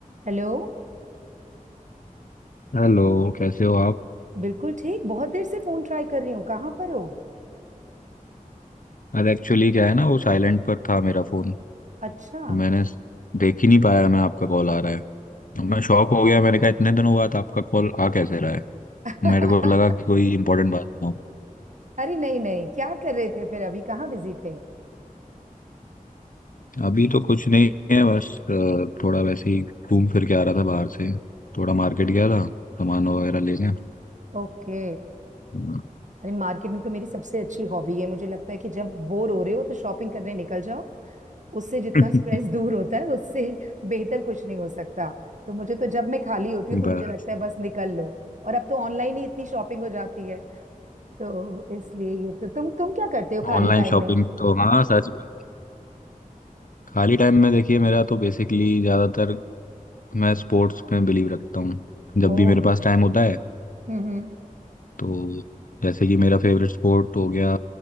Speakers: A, on the right; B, on the left.
A: Hello
B: Hello कैसे हो आप
A: बिल्कुल ठीक बहुत देर से फोन ट्राई कर रही हूँ कहाँ पर हो
B: अरे एक्चुअली क्या है ना वो साइलेंट पर था मेरा फोन
A: अच्छा
B: तो मैंने स- देख ही नहीं पाया मैं आपका कॉल आ रहा है तो मैं शॉक हो गया मैंने कहा इतने दिनों बाद आपका कॉल आ कैसे रहा है
A: <laughs>
B: मेरे को लगा कि कोई इंपॉर्टेंट बात ना हो
A: अरे नहीं नहीं क्या कर रहे थे फिर अभी कहाँ बिजी थे
B: <laughs> अभी तो कुछ नहीं है बस अ, थोड़ा वैसे ही घूम फिर के आ रहा था बाहर से थोड़ा मार्केट गया था सामान वगैरह लेने
A: ओके
B: हम्म।
A: अरे मार्केटिंग तो मेरी सबसे अच्छी हॉबी है मुझे लगता है कि जब बोर हो रहे हो तो शॉपिंग करने निकल जाओ उससे जितना
B: <laughs>
A: स्ट्रेस दूर होता है उससे बेहतर कुछ नहीं हो सकता तो मुझे तो जब मैं खाली होती हूँ तो
B: बस
A: मुझे लगता है बस निकल लो और अब तो ऑनलाइन ही इतनी शॉपिंग हो जाती है तो इसलिए ये तो तुम तुम क्या करते हो खाली
B: ऑनलाइन
A: टाइम
B: शॉपिंग
A: में
B: तो हाँ सच बात खाली टाइम में देखिए मेरा तो बेसिकली ज्यादातर मैं स्पोर्ट्स में बिलीव रखता हूँ जब
A: ओ
B: भी मेरे पास टाइम होता है
A: हम्म हम्म
B: तो जैसे कि मेरा फेवरेट स्पोर्ट हो गया